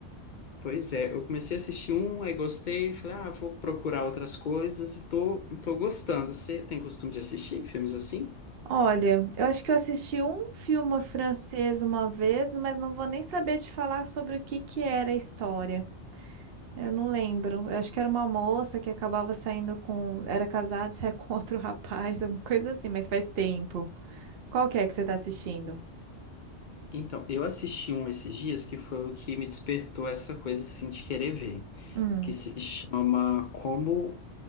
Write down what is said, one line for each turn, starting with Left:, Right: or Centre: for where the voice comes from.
Left: Pois é, eu comecei a assistir um, aí gostei, falei, ah, vou procurar outras coisas e tô, tô gostando. Você tem costume de assistir filmes assim?
Right: Olha, eu acho que eu assisti um filme francês uma vez, mas não vou nem saber te falar sobre o que que era a história. Eu não lembro. Eu acho que era uma moça que acabava saindo com, era casada, <laughs> saia com outro rapaz, alguma coisa assim, mas faz tempo. Qual que é que você tá assistindo?
Left: Então, eu assisti um esses dias que foi o que me despertou essa coisa assim de querer ver,
Right: Hum.
Left: que se chama Como,